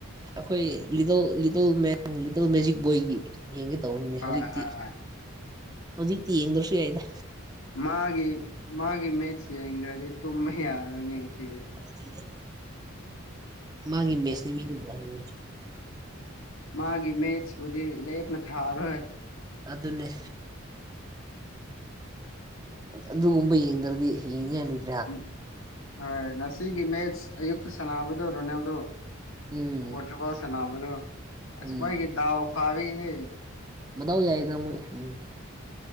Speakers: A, on the right (about 20°); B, on the left (about 75°).
A: ꯑꯩꯈꯣꯏ ꯂꯤꯇꯜ ꯂꯤꯇꯜ ꯃꯦꯟ ꯂꯤꯇꯜ ꯃꯦꯖꯤꯛ ꯕꯣꯏꯒꯤ ꯌꯦꯡꯒꯦ ꯇꯧꯕꯅꯤꯅꯦ
B: ꯍꯣꯏ
A: ꯍꯧꯖꯤꯛꯇꯤ
B: ꯍꯣꯏ ꯍꯣꯏ
A: ꯍꯧꯖꯤꯛꯇꯤ ꯌꯦꯡꯗ꯭ꯔꯁꯨ ꯌꯥꯏꯗ
B: ꯃꯥꯒꯤ ꯃꯥꯒꯤ ꯃꯠꯆ ꯌꯦꯡꯗꯔꯥꯗꯤ ꯇꯨꯝꯕ ꯌꯥꯅꯤ ꯁꯤ
A: <unintelligible> ꯃꯥꯒꯤ ꯃꯦꯁꯅꯤ ꯃꯤ ꯍꯥꯏ
B: ꯃꯥꯒꯤ ꯃꯦꯠꯁꯄꯨꯗꯤ ꯂꯦꯞꯅ ꯊꯥꯔꯣꯏ
A: ꯑꯗꯨꯅꯦ ꯑꯗꯨꯒꯨꯝꯕ ꯌꯦꯡꯗ꯭ꯔꯗꯤ ꯌꯦꯡꯉ
B: ꯎꯝ ꯍꯣꯏ ꯉꯁꯤꯒꯤ ꯃꯦꯠꯁ ꯑꯌꯨꯛꯇ ꯁꯥꯅꯕꯥꯗꯣ ꯔꯣꯅꯥꯜꯗꯣ
A: ꯎꯝ
B: ꯄꯣꯔꯇꯨꯒꯜ ꯁꯅꯕꯗꯣ ꯑꯁ
A: ꯎꯝ
B: ꯃꯣꯏꯒꯤ ꯗꯥꯎ ꯐꯥꯕꯤꯒꯤꯅꯦ
A: ꯃꯗꯥꯎ ꯌꯥꯏꯗ ꯃꯣꯏ ꯎꯝ